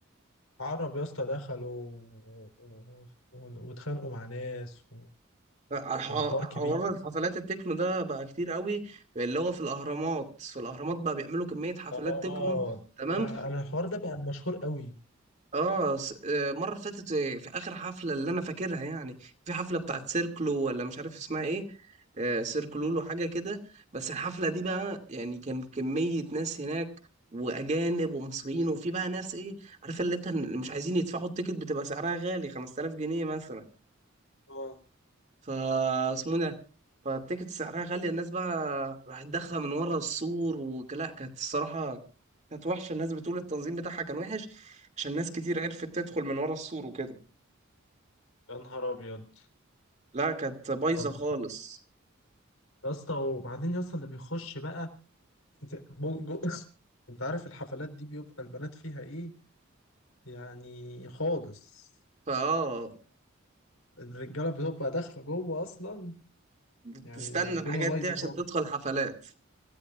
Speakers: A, on the left; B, on the right.
A: عرب يا اسطى دخلوا و- و- و- واتخانقوا مع ناس وكان
B: ح-
A: حوار كبير
B: حوار الحفلات التكنو ده بقى كتير قوي اللي هو في الأهرامات في الأهرامات بقى بيعملوا كمية حفلات
A: اه
B: تكنو تمام
A: ده انا الحوار ده بقى مشهور قوي
B: اه س- آه، المره اللي فاتت آه، في اخر حفله اللي انا فاكرها يعني في حفله بتاعت سيركلو ولا مش عارف اسمها ايه آه، سيركلو لو حاجه كده بس الحفله دي بقى يعني كان كميه ناس هناك واجانب ومصريين وفي بقى ناس ايه عارفه اللي انت مش عايزين يدفعوا التيكت بتبقى سعرها غالي 5000 جنيه مثلا
A: اه
B: فاسمه ده فالتيكت سعرها غالية الناس بقى راحت داخلة من ورا السور ولا كانت الصراحة كانت وحشة الناس بتقول التنظيم بتاعها كان وحش عشان ناس كتير عرفت تدخل من ورا السور وكده
A: يا نهار ابيض
B: لا كانت بايظة
A: طب
B: خالص
A: يا اسطى وبعدين يا اسطى اللي بيخش بقى جو- جو- <laughs> انت عارف الحفلات دي بيبقى البنات فيها ايه يعني خالص
B: فاه
A: فالرجاله بتبقى داخله جوه اصلا
B: بتستنى
A: يعني الدنيا
B: الحاجات
A: بايظه
B: دي عشان
A: خالص
B: تدخل حفلات